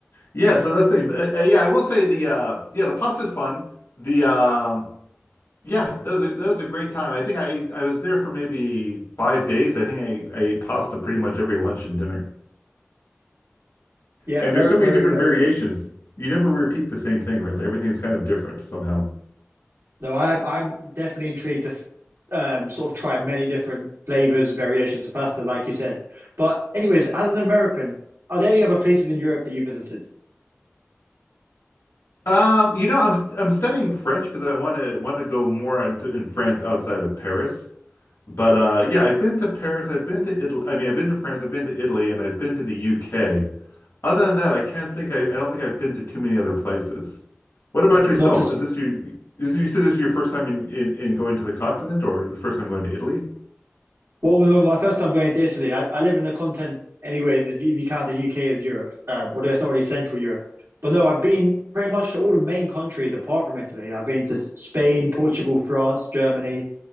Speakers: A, on the left; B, on the right.
A: Yeah, so that's the thing. But, uh, uh, yeah, I will say the uh yeah, the pasta is fun. The um yeah, that was a, that was a great time. I think I ate I was there for maybe five days. I think I, I ate pasta pretty much every lunch and dinner.
B: Yeah,
A: And
B: very,
A: there's so many
B: very,
A: different
B: very
A: variations.
B: good.
A: You never repeat the same thing really. Everything's kind of different somehow.
B: No, I'm I'm definitely intrigued to f- um, sort of try many different flavors, variations of pasta, like you said. But anyways, as an American, are there any other places in Europe that you visited?
A: Um, you know, I'm I'm studying French because I want to want to go more into, in France outside of Paris. But uh yeah, I've been to Paris, I've been to Italy. I mean, I've been to France, I've been to Italy, and I've been to the UK. Other than that, I can't think I, I don't think I've been to too many other places. What about yourself?
B: Not to sp
A: Is this you is you said this is your first time in, in, in going to the continent or the first time going to Italy?
B: Well, remember my first time going to Italy, I, I live in the continent anyways, if you, if you count the UK as Europe, um, although it's not really Central Europe. But no, I've been pretty much to all the main countries apart from Italy. I've been to S- Spain, Portugal, France, Germany,